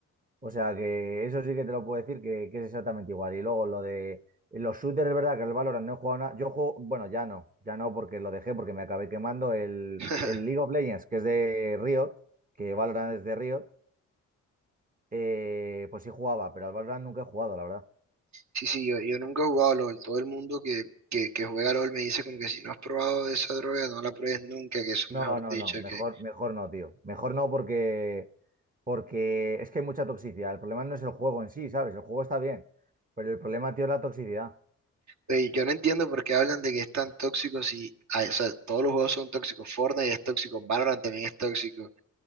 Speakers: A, on the right (about 25°); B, on the right (about 60°).
A: O sea, que eso sí que te lo puedo decir que, que es exactamente igual. Y luego lo de los shooters, es verdad que el Valorant no he jugado nada. Yo juego, bueno, ya no, ya no porque lo dejé, porque me acabé quemando el,
B: <laughs>
A: el League of Legends, que es de Riot, que Valorant es de Riot, eh, pues sí jugaba, pero al Valorant nunca he jugado, la verdad.
B: Sí, sí, yo, yo nunca he jugado LOL. Todo el mundo que, que, que juega LOL me dice como que si no has probado esa droga, no la pruebes nunca, que eso
A: No,
B: mejor
A: no,
B: dicho
A: no, mejor,
B: que...
A: mejor no, tío. Mejor no porque, porque es que hay mucha toxicidad. El problema no es el juego en sí, ¿sabes? El juego está bien, pero el problema, tío, es la toxicidad.
B: Oye, yo no entiendo por qué hablan de que es tan tóxico si... ay, o sea, todos los juegos son tóxicos. Fortnite es tóxico, Valorant también es tóxico.